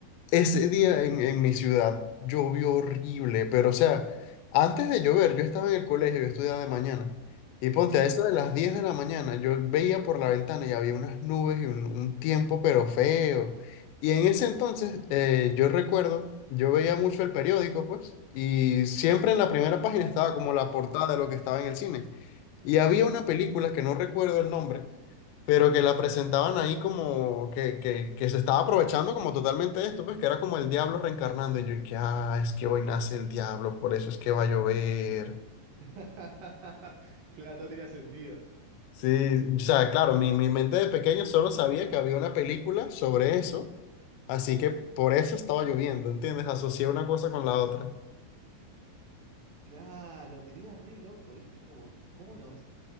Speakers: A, on the left; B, on the right.
A: Ese día en, en mi ciudad llovió horrible, pero o sea, antes de llover, yo estaba en el colegio, yo estudiaba de mañana, y ponte
B: Sí.
A: a eso de las 10 de la mañana, yo veía por la ventana y había unas nubes y un, un tiempo pero feo. Y en ese entonces, eh, yo recuerdo, yo veía mucho el periódico, pues, y siempre en la primera página estaba como la portada de lo que estaba en el cine. Y había una película que no recuerdo el nombre, pero que la presentaban ahí como que, que, que se estaba aprovechando como totalmente de esto, pues que era como el diablo reencarnando y yo, y que, ah, es que hoy nace el diablo, por eso es que va a llover.
B: <laughs> Claro, no tenía sentido.
A: Sí, o sea, claro, mi, mi mente de pequeño solo sabía que había una película sobre eso, así que por eso estaba lloviendo, ¿entiendes? Asocié
B: Mm,
A: una cosa con la otra.
B: Claro, pero era re loco, ¿viste? Como, cómo nos,